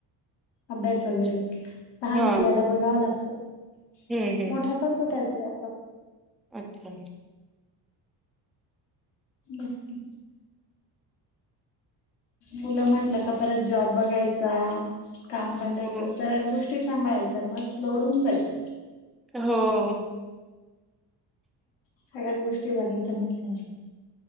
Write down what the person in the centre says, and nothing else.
अच्छा.
हां.
हं, हं.
अच्छा.
हो,
हो